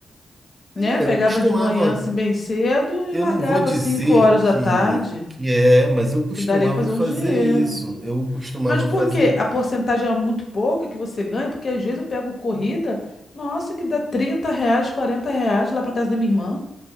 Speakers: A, on the left; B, on the right.
A: né?
B: É,
A: Pegava
B: eu costumava
A: de manhã assim bem cedo e
B: Eu
A: largava
B: não vou dizer
A: às 5 horas
B: que,
A: da tarde.
B: que é, mas eu costumava
A: E daria pra fazer
B: fazer
A: um dinheiro.
B: isso. Eu costumava
A: Mas por
B: fazer
A: quê?
B: isso.
A: A porcentagem é muito pouca que você ganha, porque às vezes eu pego corrida, nossa, que dá 30 reais, 40 reais lá pra casa da minha irmã.